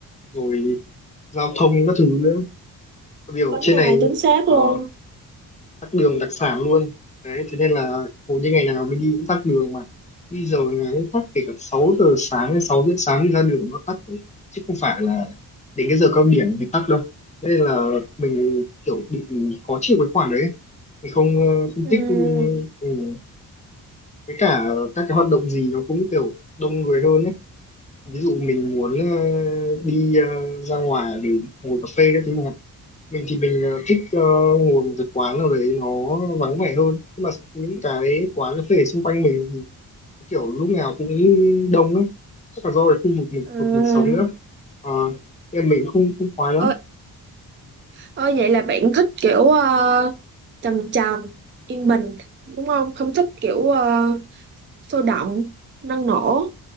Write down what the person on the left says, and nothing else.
rồi giao thông các thứ nữa Tại vì ở
trên
này
ờ,
tắc đường đặc sản luôn đấy thế nên là hầu như ngày nào mình đi cũng tắc đường mà đi giờ ngày cũng tắc kể cả 6 giờ sáng hay 6 rưỡi sáng đi ra đường nó tắc đấy. chứ không phải là đến cái giờ cao điểm thì tắc đâu thế nên là mình kiểu bị khó chịu cái khoản đấy mình không ờ, không
thích ừ, ừ. với cả các cái hoạt động gì nó cũng kiểu đông người hơn ấy ví dụ mình muốn ờ, đi ờ, ra ngoài để ngồi cà phê các thứ mình thì mình ờ, thích ờ, ngồi một cái quán nào đấy nó vắng vẻ hơn nhưng mà những cái quán cà phê xung quanh mình thì có kiểu lúc nào cũng đông ấy chắc là do cái khu vực mình,
vực mình sống nữa Ờ, nên mình không không khoái lắm